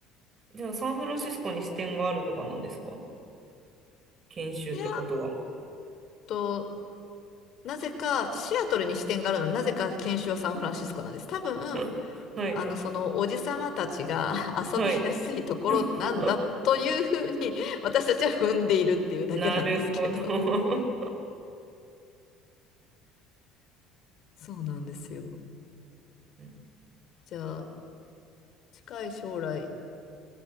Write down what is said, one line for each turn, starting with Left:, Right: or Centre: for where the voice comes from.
Right: じゃあ、サンフランシスコに支店があるとかなんですか研修ってことは。
Left: いやあと、なぜかシアトルに支店があるのになぜか研修はサンフランシスコなんです。多分、
Right: <laughs> はい、
Left: あの、そのおじさまたちが <laughs> 遊びやすいところなんだというふうに
Right: はい。<laughs>
Left: <laughs> 私たちは踏んでいるっていうだけなんですけど。
Right: なるほど。
Left: そうなんですよ。
Right: <laughs>
Left: じゃあ、近い将来、